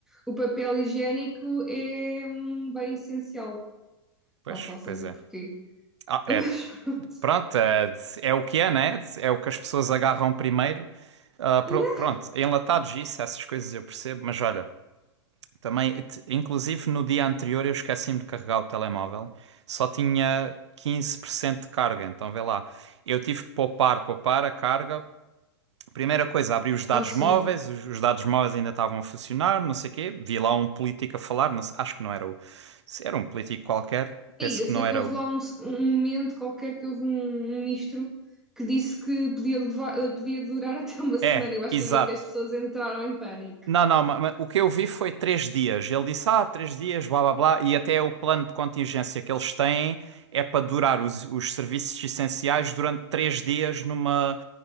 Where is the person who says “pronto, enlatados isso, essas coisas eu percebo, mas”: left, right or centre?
Right